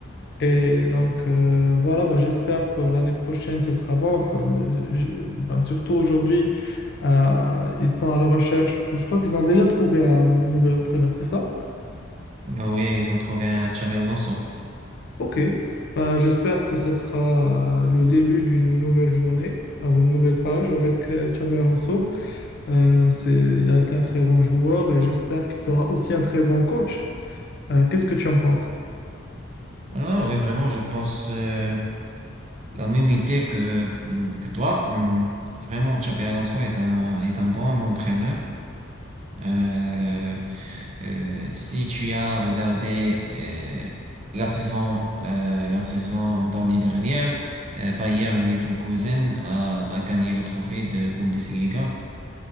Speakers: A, on the left; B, on the right.
A: Et donc, euh, voilà, ben, j'espère pour l'année prochaine, ça sera bon. Enfin, ben, je- ben, surtout aujourd'hui, euh, ils sont à la recherche. Je crois qu'ils ont déjà trouvé un nouvel entraîneur, c'est ça?
B: Oui, ils ont trouvé un Xabi Alonso.
A: Ok, Ben, j'espère que ça sera le début d'une nouvelle journée, euh, ou une nouvelle page avec euh, Xabi Alonso. Euh, c'est, il a été un très bon joueur et j'espère qu'il sera aussi un très bon coach. Euh, qu'est-ce que tu en penses?
B: Ah oui, vraiment, je pense euh, la même idée que, hmm, que toi. Hmm. Vraiment, Xabi Alonso est un, est un bon entraîneur. Euh, euh, si tu as regardé euh, la saison, euh, la saison d'année dernière, euh, Bayern Leverkusen a, a gagné le trophée de Bundesliga.